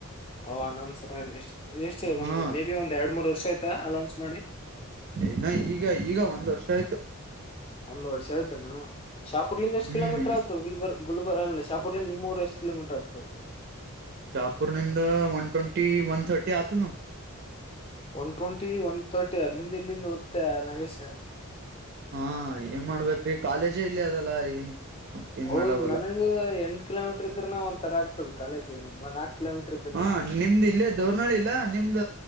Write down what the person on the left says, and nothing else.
ಓ ಅನೌನ್ಸ್ ಎಷ್ಟಷ್ಟೇ ಒ್
ಮೇ ಬಿ ಒಂದ್ ಎರಡ್ ಮೂರ್ ವರ್ಷ ಆಯ್ತಾ ಅನೌನ್ಸ್ ಮಾಡ
ಒಂದು್ ವರ್ಷ ಆಯ್ತೇನಾಾ ಶಾಪೂರ್ಿಂದ ಎಷ್ಟು
ಕಿಲೋಮೀಟರ್ ಆಗ್ತದ ಬ ಗುಲ್ಬರ್ ಅಲ್ಲ ಶಾಪುರ್ಲ್ಲಿ ನಿ್ೂ ಎಷ್ಟು ಕಿಲೋಮೀಟರ್ ಆತು
ಒನ್ ಟ್ವೆಂಟಿ ಒನ್ ತರ್ಟಿ ಅಲ್ಲಿಂದ ಇಲ್ಲಿಂದ ಓದ್ ನಗೇಶ
ಹೌದ
ನನಗ ಎಂ ಕಿಲೋಮೀಟರ್ ಇದ್ರನ ಒಂ ತರ ಆಗ್ತದ ಕಾಲೇಜ್ಗ ನಮ್ಮ ನಾಕಕ್ ಕಿಲೋಮೀಟರ್ ಇದ್ರನ